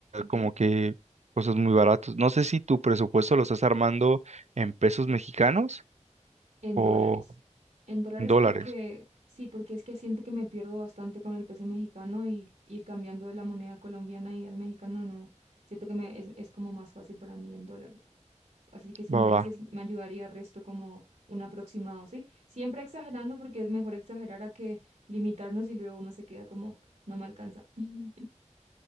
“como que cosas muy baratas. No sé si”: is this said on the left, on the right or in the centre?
Right